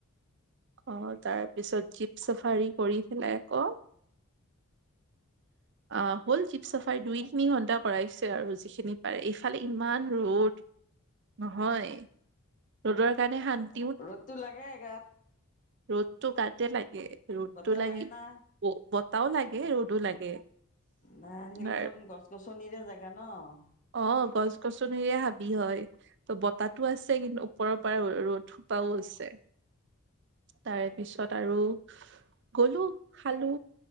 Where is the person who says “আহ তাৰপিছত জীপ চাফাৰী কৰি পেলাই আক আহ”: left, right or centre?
Right